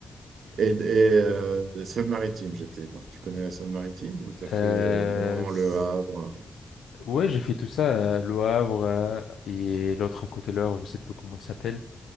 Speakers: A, on the right (about 75°); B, on the left (about 85°).
A: et- et, euh, la Seine-Maritime, j'étais. moi. Tu connais la Seine-Maritime? Ou t'as fait
B: Euh,
A: euh, Rouen,
B: s-
A: Le Havre?
B: ouais, j'ai fait tout ça, euh, Le Havre euh, et l'autre à côté de Le Havre, je sais plus comment ça s'appelle.